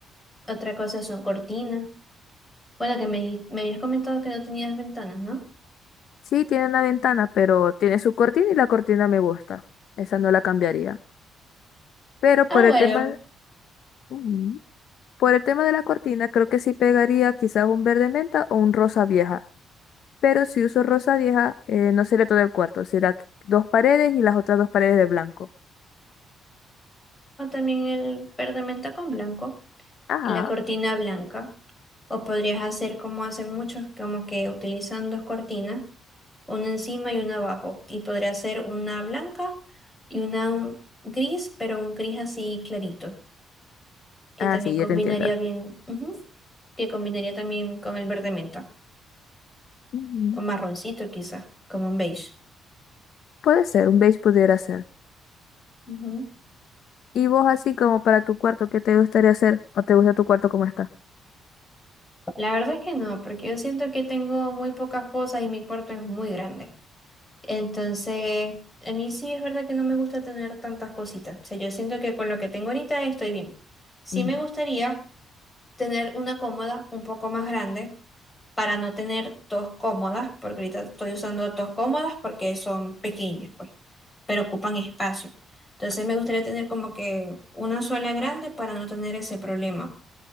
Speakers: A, on the left (about 15°); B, on the left (about 70°).
A: Otra cosa son cortinas. Bueno, que me, di- me habías comentado que no tenías ventanas, ¿no?
B: Sí, tiene una ventana, pero tiene su cortina y la cortina me gusta. Esa no la cambiaría. Pero
A: Ah,
B: por
A: bueno.
B: el tema, Ujú. por el tema de la cortina, creo que sí pegaría quizás un verde menta o un rosa vieja. Pero si uso rosa vieja, eh, no sería todo el cuarto, será dos paredes y las otras dos paredes de blanco.
A: O también el verde menta con blanco
B: Ajá.
A: y la cortina blanca. O podrías hacer como hacen muchos, como que utilizan dos cortinas, una encima y una abajo. Y podría ser una blanca y una gris, pero un gris así clarito, que
B: Ah,
A: también
B: sí, ya
A: combinaría
B: te entiendo.
A: bien, ujú, que combinaría también con el verde menta,
B: Ujú.
A: o marroncito quizás, como un beige.
B: Puede ser, un beige pudiera ser.
A: Ujú.
B: Y vos así como para tu cuarto, ¿qué te gustaría hacer? ¿O te gusta tu cuarto como está?
A: La verdad es que no, porque yo siento que tengo muy pocas cosas y mi cuarto es muy grande. Entonces, a mí sí es verdad que no me gusta tener tantas cositas. O sea, yo siento que con lo que tengo ahorita estoy bien. Sí
B: Ujú.
A: me gustaría tener una cómoda un poco más grande para no tener dos cómodas, porque ahorita estoy usando dos cómodas porque son pequeñas, pues, pero ocupan espacio. Entonces, me gustaría tener como que una sola grande para no tener ese problema.